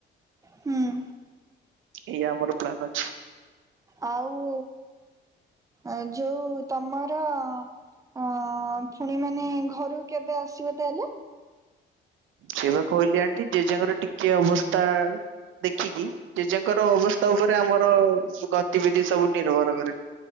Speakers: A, on the right; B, on the right.
A: ହୁଁ।
B: ଏୟା ଆମର ପ୍ଲାନ୍ ଅଛି।
A: ଆଉ ଏ ଯଉ ତମର ଅଁ- ଫୁଣି ମାନେ ଘରୁକୁ କେବେ ଆସିବ ତାହେଲେ?
B: ସେଇ ବା କହିଲି ଆଣ୍ଟି ଜେଜେଙ୍କର ଟିକେ ଅବସ୍ଥା ଦେଖିକି ଜେଜେଙ୍କର ଅବସ୍ଥା ଉପରେ ଆମର ଗତିବିଧି ସବୁ ନିର୍ଭର କରେ।